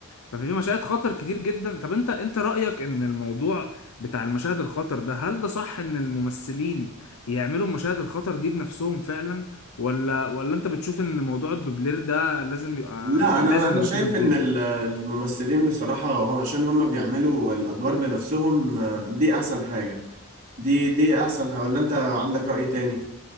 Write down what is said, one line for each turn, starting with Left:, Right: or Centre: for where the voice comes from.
Left: ففي مشاهد خطر كتير جدا طب انت انت رأيك ان الموضوع بتاع المشاهد الخطر ده هل ده صح ان الممثلين يعملوا المشاهد الخطر دي بنفسهم فعلا ولا ولا انت بتشوف ان موضوع الدوبلير ده لازم يبقى
Right: لا
Left: لازم
Right: انا انا
Left: يبقى
Right: شايف
Left: فيه دوبلير
Right: ان ال- الممثلين بصراحة هم عشان هم بيعملوا الادوار بنفسهم آه، دي احسن حاجة دي دي احسن ح- ولا انت عندك رأي تاني